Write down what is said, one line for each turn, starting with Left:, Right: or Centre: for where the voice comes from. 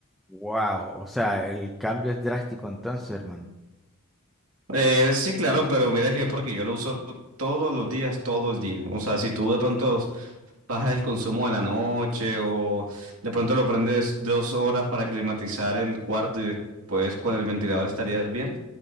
Centre: Wow. O sea, el cambio es drástico entonces, hermano.
Right: Eh, sí, claro, pero mira que es porque yo lo uso todos los días, todo el día. O sea, si tú de pronto bajas el consumo a la noche o de pronto lo prendes dos horas para climatizar el cuarto y después con el ventilador estarías bien.